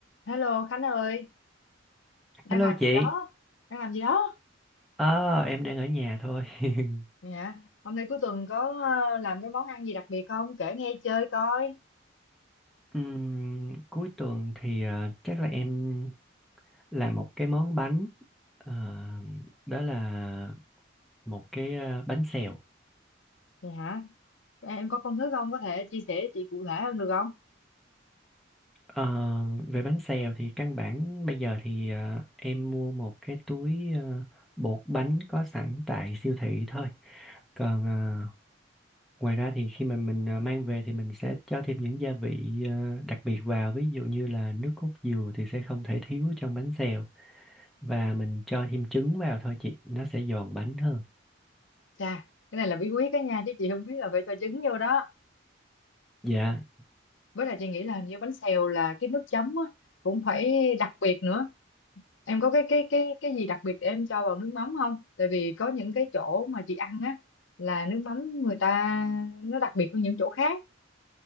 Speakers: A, on the left; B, in the centre.
A: Hello Khánh ơi, đang
B: Hello
A: làm
B: chị,
A: gì đó? Đang làm gì đó?
B: à, em đang ở nhà thôi. <laughs>
A: Vậy hả? Hôm nay cuối tuần có ờ, làm cái món ăn gì đặc biệt không? Kể nghe chơi coi.
B: Ừm, cuối tuần thì à, chắc là em làm một cái món bánh, Ờ, đó là một cái à, bánh xèo.
A: Vậy hả? Em có công thức không? Có thể chia sẻ chị cụ thể hơn được không?
B: Ờ, về bánh xèo thì căn bản bây giờ thì à, em mua một cái túi à, bột bánh có sẵn tại siêu thị thôi. Còn à, ngoài ra thì khi mà mình à, mang về thì mình sẽ cho thêm những gia vị à, đặc biệt vào, ví dụ như là nước cốt dừa thì sẽ không thể thiếu trong bánh xèo. và mình cho thêm trứng vào thôi chị nó sẽ giòn bánh hơn
A: Chà, cái này là bí quyết đó nha, chứ chị không biết là phải cho trứng vô đó.
B: dạ
A: Với lại chị nghĩ là hình như bánh xèo là cái nước chấm á, cũng phải đặc biệt nữa. Em có cái cái cái cái gì đặc biệt để em cho vào nước mắm không? Tại vì có những cái chỗ mà chị ăn á là nước mắm người ta nó đặc biệt hơn những chỗ khác